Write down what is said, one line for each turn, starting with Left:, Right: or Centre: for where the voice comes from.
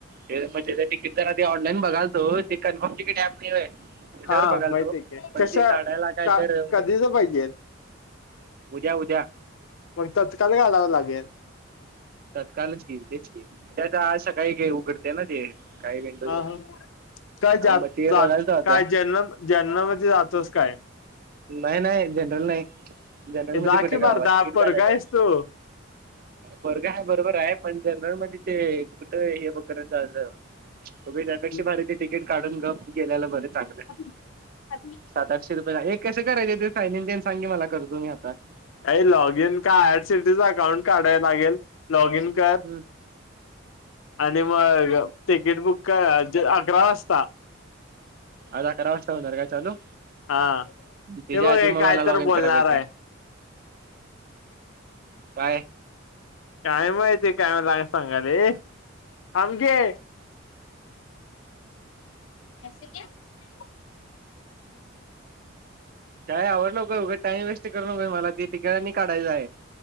Right: ते मग तिकीट जरा ते ऑनलाईन बघालतो ते कन्फर्म तिकीट ऍप नाही होय. तेज्यावर
Left: हा
Right: बघालतो.
Left: माहित आहे की
Right: पण
Left: कशा
Right: ते काढायला काय
Left: का
Right: तर
Left: कधीच पाहिजे
Right: उद्या उद्या
Left: मग तत्काळ काढावं लागेल.
Right: तत्कालच की तेच की त्याच आज सकाळी काई उघडते ना ते. काही विंडो
Left: <unintelligible>
Right: जे हा, मग ते बघायचं आता नाई नाई जनरल नाई जनरल
Left: जा
Right: मध्ये कुठे
Left: की
Right: कवा
Left: मर्दा
Right: तिकीट
Left: पोरगा
Right: काढायचाय.
Left: आहेस तू
Right: परगाय बरोबराय पण जनरल मधी ते कुठं हे ब करंचाललं. त्यापेक्षा
Left: अ
Right: भारी ते तिकीट काढून गप गेलेलं बरं चांगलं.
Left: <unintelligible>
Right: आहे. <unintelligible>
Left: लॉग इन का आय. आर. सि. टी. चं अकाउंट काढाय लागेल लॉग इन कर
Right: हम्म.
Left: आणि मग तिकीट बुकं अकरा वाजता.
Right: आज अकरा वाजता होणार का चालू
Left: हा
Right: त्याच्या
Left: हे बघ
Right: आधी
Left: हे
Right: म
Left: काय
Right: मला लॉगिन
Left: तर बोलणार
Right: कराय पाईजे.
Left: आहे
Right: काय
Left: काय माहितीय काय मलाय सांगाले, आमके <unintelligible>
Right: ताई आवर लवक ऊगं टाईम वेस्ट कर नकोय मला ती तिकीटांनी काढायचाय.